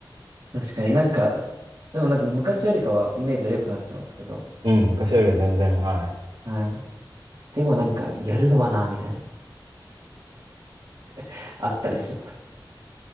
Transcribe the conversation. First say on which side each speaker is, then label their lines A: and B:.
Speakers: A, on the right; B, on the right.
A: 確かになんか、でもなんか昔よりかはイメージは良くなってますけど、
B: うん、昔よりは全然、はい。
A: はい。でもなんか、やるのはな、みたいな、<laughs> あったりします。